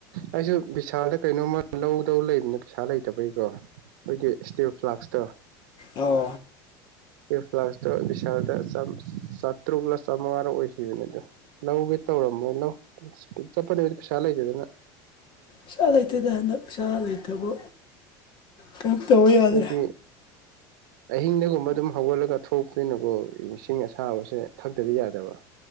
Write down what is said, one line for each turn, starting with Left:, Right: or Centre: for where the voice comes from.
Right: ꯑꯩꯁꯨ ꯕꯤꯁꯥꯜꯗ ꯀꯩꯅꯣꯝꯃ ꯂꯧ ꯂꯧ ꯂꯩꯗꯅ ꯄꯩꯁꯥ ꯂꯩꯇꯕꯒꯤꯀꯣ ꯑꯩꯈꯣꯏꯒꯤ ꯏꯁꯇꯤꯜ ꯐ꯭ꯂꯥꯛꯁꯇ
Left: ꯑꯧ
Right: ꯐ꯭ꯂꯥꯛꯁꯇꯣ ꯁꯥꯜꯗ ꯆꯥꯇ꯭ꯔꯨꯛꯂ ꯆꯥꯝꯃꯉꯥꯔ ꯑꯣꯏꯈꯤꯕꯅꯦ ꯑꯣ ꯂꯧꯒꯦ ꯇꯧꯔ ꯩꯅꯣ ꯄꯤꯖꯥ ꯄꯅꯤ ꯁꯥ ꯍꯥꯏꯗꯅ
Left: ꯏꯁꯥ ꯂꯩꯇꯗ ꯍꯟꯗꯛ ꯏꯁꯥ ꯂꯩꯇꯕ ꯀꯩꯅꯣ ꯇꯧꯕ ꯌꯥꯗ꯭ꯔꯦ
Right: ꯑꯩꯗꯤ ꯑꯍꯤꯡꯗꯒꯨꯝꯕ ꯑꯗꯨꯝ ꯍꯧꯒꯠꯂꯒ ꯊꯣꯛꯇꯣꯏꯅꯣꯀꯣ ꯏꯁꯤꯡ ꯑꯁꯥꯕꯁꯦ ꯊꯛꯇꯗꯤ ꯌꯥꯗꯕ